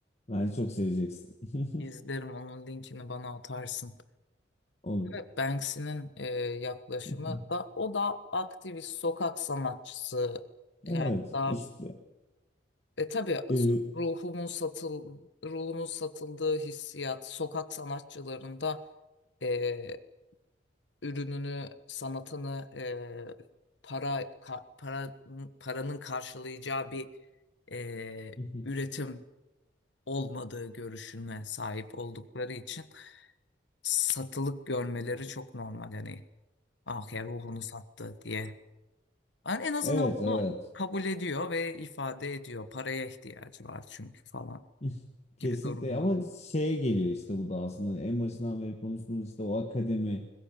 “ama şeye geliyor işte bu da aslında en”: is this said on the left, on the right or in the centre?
Left